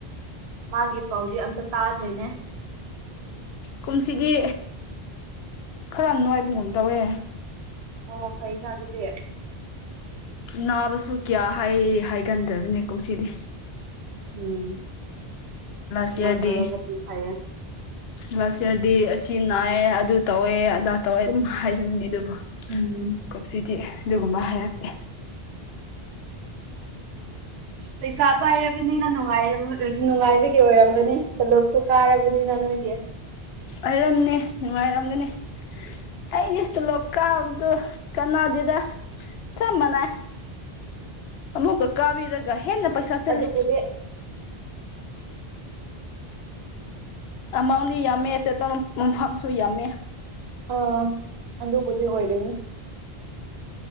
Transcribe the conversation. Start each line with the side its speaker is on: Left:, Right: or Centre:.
Right: ꯃꯥꯒꯤ ꯄꯥꯎꯁꯦ ꯑꯝꯇ ꯇꯥꯗ꯭ꯔꯤꯅꯦ
Left: ꯀꯨꯝꯁꯤꯗꯤ ꯈꯔ ꯅꯨꯡꯉꯥꯏꯕꯒꯨꯝ ꯇꯧꯋꯦ
Right: ꯑꯣ ꯐꯩꯅ ꯑꯗꯨꯗꯤ
Left: ꯅꯥꯕꯁꯨ ꯀꯌꯥ ꯍꯥꯏ ꯍꯥꯏꯒꯟꯗ꯭ꯔꯕꯅꯦ ꯀꯨꯝꯁꯤꯗꯤ
Right: ꯎꯝ ꯑꯗꯨꯃꯥꯏꯅ
Left: ꯁꯤꯌꯥꯗꯤ
Right: ꯇꯧꯔꯒꯗꯤ ꯐꯩꯌꯦ
Left: ꯂꯥꯁ ꯏꯌꯥꯔꯗꯤ ꯑꯁꯤ ꯅꯥꯏꯌꯦꯦ ꯑꯗꯨ ꯇꯧꯋꯦ ꯑꯗꯥ ꯇꯧꯋꯦ ꯑꯗꯨꯝ ꯍꯥꯏꯖꯅꯤꯡꯅꯤ ꯑꯗꯨꯕꯨꯣ
Right: ꯎꯝ
Left: ꯀꯨꯝꯁꯤꯗꯤ ꯑꯗꯨꯒꯨꯝꯕ ꯍꯥꯏꯔꯛꯇꯦ
Right: ꯄꯩꯁꯥ ꯄꯥꯏꯔꯕꯅꯤꯅ ꯅꯨꯡꯉꯥꯏ ꯅꯨꯡꯉꯥꯏꯕꯒꯤ ꯑꯣꯏꯔꯝꯒꯅꯤ ꯇꯣꯂꯣꯛꯁꯨ ꯀꯥꯔꯕꯅꯤꯅ ꯅꯣꯏꯒꯤ
Left: ꯑꯣꯏꯔꯝꯅꯦ ꯅꯨꯡꯉꯥꯏꯔꯝꯒꯅꯤ ꯑꯩꯁ ꯇꯂꯣꯞꯀꯥꯕꯗꯨ ꯀꯩꯅꯣꯗꯨꯗ ꯆꯞ ꯃꯥꯟꯅ ꯑꯃꯃꯨꯀ ꯀꯥꯕꯤꯔꯒ ꯍꯦꯟꯅ ꯄꯩꯁꯥ ꯆꯂꯦ
Right: ꯦ
Left: ꯑꯃꯥꯎꯟꯗꯤ ꯌꯥꯝꯃꯦ ꯆꯠꯄ ꯃꯐꯝꯁꯨ ꯌꯥꯝꯃꯦ
Right: ꯑꯥ ꯑꯗꯨꯕꯨꯗꯤ ꯑꯣꯏꯒꯅꯤ